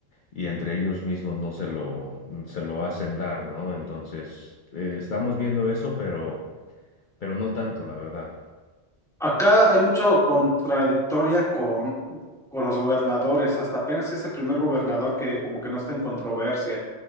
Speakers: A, on the left; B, in the centre.
A: y entre ellos mismos no se lo, se lo hacen dar, ¿no? Entonces, eh, estamos viendo eso, pero, pero no tanto, la verdad.
B: Acá hay mucho contradictoria con, con los gobernadores. Hasta apenas es el primer gobernador que como que no está en controversia.